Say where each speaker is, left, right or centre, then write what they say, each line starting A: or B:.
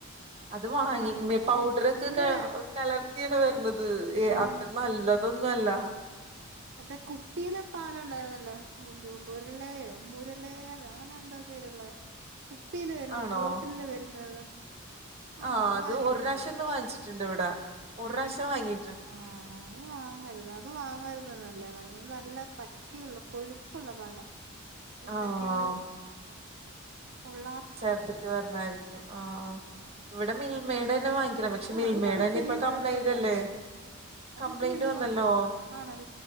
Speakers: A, on the right; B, on the right.
A: അത് വാങ്ങി
B: പണ്ടേ
A: പൗഡറൊക്കെ
B: ഇവിടെ
A: ക കലർത്തിയാണ് വര്ണത്. ഏഹ്
B: ഉം
A: അത്ര നല്ലതൊന്നും അല്ല.
B: എന്താ കുപ്പീല് പാലുണ്ടായിരുന്നല്ലോ. മുര്ലയോ മുരലയോ അങ്ങനെന്തോ പ്പിയിലുള്ള കുപ്പീല് വരുന്ന
A: ആണോ
B: ബോട്ടില് വരുന്നത്. ഉണ്ടോ
A: ആഹ് അത്
B: വാങ്ങിയിട്ടുണ്ടോ
A: ഒരുറാശ്യം ഒന്ന് വാങ്ങിച്ചിട്ടുണ്ട് ഇവിടെ ഒര്റാശ്യം വാങ്ങി
B: ആഹ് അത് വാങ്ങരുത് അത് വാങ്ങരുതന്നല്ലേ പർഞ്ഞെ നല്ല ക ട്ടിയുള്ള കൊഴുപ്പുള്ള പാലാ എന്തക്കെയോ
A: ആഹ്
B: കൊള്ളാ
A: ചേർത്തിട്ട് വര്ണായിരിക്കും. ആഹ് ഇവടെ മിൽമേടെന്നെ വാങ്ങിക്കണ പക്ഷെ
B: ആഹ്
A: മിൽമേഡന്നെ
B: അത് കൊഴപ്പ വല്യ
A: ഇപ്പം കംപ്ലൈന്റ്ല്ലേ.
B: കൊഴപ്പമില്ലെന്ന് തോന്നുന്നു അതിപ്പോ
A: കംപ്ലൈന്റ്
B: വല്യ
A: വന്നല്ലോ
B: കൊഴ ആണല്ലേ